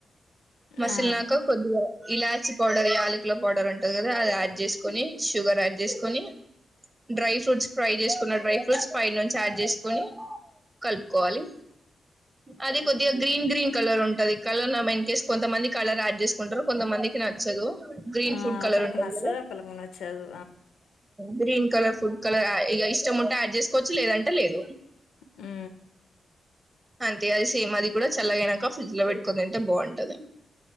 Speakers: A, on the right (about 25°); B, on the left (about 85°).
A: మసిలి
B: ఆ
A: నాక కొద్దిగా ఇలాచి పౌడర్ ఈయాలకల పౌడర్ ఉంటంది కదా అది యాడ్ చేసుకొని షుగర్ యాడ్ చేసుకొని డ్రై ఫ్రూట్స్ ఫ్రై చేసుకున్న డ్రై ఫ్రూట్స్ పై నుంచి యాడ్ చేసుకుొని కలుపుకోవాలి అది కొద్దిగా గ్రీన్ గ్రీన్ కలర్ ఉంటంది కలర్ ఇన్ కేేస్ కొంతమంది కలర్ యాడ్ చేసుకుంటారు కొంతమందికి నచ్చదు గ్రీన్
B: ఆ
A: ఫుడ్ కలర్
B: ఒకళకి
A: ఉంటది
B: నచ్చదు
A: కదా
B: ఒకళ్ళకి న చదు
A: గ్రీన్ కలర్ ఫుడ్ కలర్ ఇ ఇష్టం ఉంటే అడ్ చేసుకోవచ్చు లేదంటే లేదు
B: ఆ
A: అంతే అది సేమ్ అది కూడా చల్లగానాక ఫ్రిడ్జ్ లో పెట్టుకుని తింటే బాగుంటది